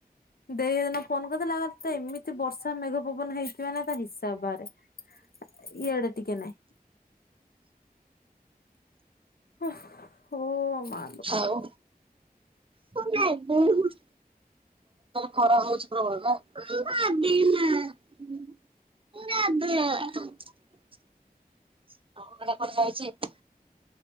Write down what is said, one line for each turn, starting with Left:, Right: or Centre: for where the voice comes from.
Left: ଦେଇହେଦିନ ଫୋନ କରିଥିଲା ତ ଏମିତି ବର୍ଷା ମେଘ ପବନ ହେଇଛି ମାନେ ତା ହିସାବ ବାହାରେ ଇଆଡେ ଟିକେ ନାଇଁ। ଓହ୍ ହୋ ମା
Right: ହଉ। <unintelligible> ଖରା ହଉଛି ପ୍ରବଳ ନା। <unintelligible> ପ୍ରଛି <unintelligible>